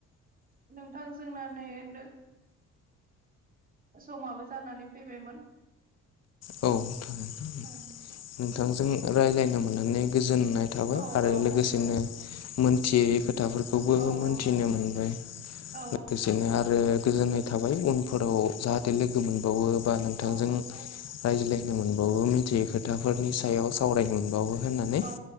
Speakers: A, on the right; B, on the left.
A: नोंथां जोंना। <unintelligible> समाबो जानानै फैबायमोन।
B: औ थारैनो
A: औ
B: नोंथांजों रायलायनो मोननानै गोजोननाय थाबाय
A: औ
B: आरो
A: औ
B: लोगोसेनो मोनथियै खोथाफोरखौबो
A: औ
B: मोनथिनो
A: औ
B: मोनबाय
A: औ
B: लोगोसेनो आरो गोजोननाय था थाबाय उनफोराव जाहाथे लोगो मोनबावो बा नोंथांजों
A: औ
B: रायज्लायनो मोनबावो मिथियै खोथाफोरनि सायाव सावरायनो मोनबावो होननानै
A: औ